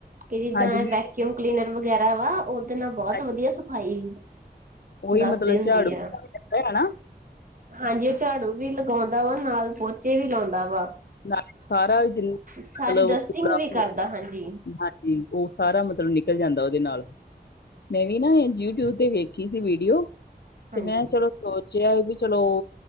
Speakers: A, on the right; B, on the left.
A: ਕਿ ਜਿੱਦਾਂ
B: ਹਾਂਜੀ ਮੈਂ
A: ਵੈਕ ਕਿਊਮ ਕਲੀਨਰ ਵਗੈਰਾ ਵਾ ਉਹਦੇ ਨਾਲ ਬਹੁਤ
B: ਹਾਂਜੀ
A: ਵਧੀਆ ਸਫਾਈ।
B: ਉਹੀ
A: ਦੱਸ
B: ਮਤਲਬ
A: ਦਿਨ
B: ਝਾੜੂ
A: ਦੀ ਆ।
B: ਹਨਾ
A: ਹਾਂਜੀ ਉਹ ਝਾੜੂ ਵੀ ਲਗਾਉਂਦਾ ਵਾ ਨਾਲ ਪੋਚੇ ਵੀ ਲੌਂਦਾ ਵਾ।
B: ਨਾਲ ਸਾਰਾ ਜਿੰਨਾ
A: ਸਾਰੀ ਡਸਟਿੰਗ
B: ਕੂੜਾ
A: ਵੀ ਕਰਦਾ
B: ਹਾਂ।
A: ਹਾਂਜੀ
B: ਜੀ ਉਹ ਸਾਰਾ ਮਤਲਬ ਨਿਕਲ ਜਾਂਦਾ ਉਹਦੇ ਨਾਲ। ਮੈਂ ਵੀ ਨਾ ਇਹ ਯੂਟਿਊਬ ਤੇ ਵੇਖੀ ਸੀ ਵੀਡੀਓ
A: ਹਾਂਜੀ।
B: ਤੇ ਮੈਂ ਚਲੋ। ਸੋਚਿਆ ਸੀ ਵੀ ਚਲੋ